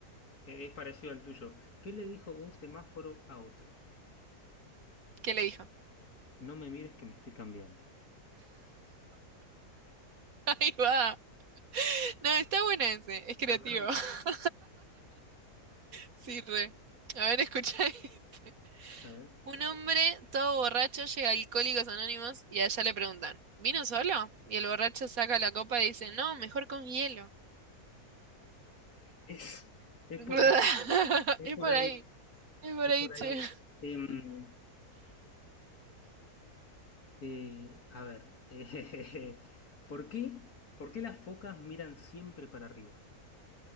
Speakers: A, on the left; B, on the right.
A: eh, es parecido al tuyo. ¿Qué le dijo un semáforo a otro?
B: ¿Qué le dijo?
A: No me mires que me estoy cambiando.
B: <laughs> Ahí va. No, está bueno ese. Es creativo.
A: ¿Está bueno?
B: <laughs> Sí, re. A ver, escucha este.
A: A ver.
B: Un hombre todo borracho llega a Alcohólicos Anónimos y allá le preguntan, ¿vino solo? Y el borracho saca la copa y dice, no, mejor con hielo.
A: Es, es
B: <laughs>
A: por ahí, es
B: Es
A: por
B: por ahí,
A: ahí,
B: es por
A: es
B: ahí,
A: por
B: che.
A: ahí. Em, eh, a ver, eh, <laughs> ¿por qué? ¿Por qué las focas miran siempre para arriba?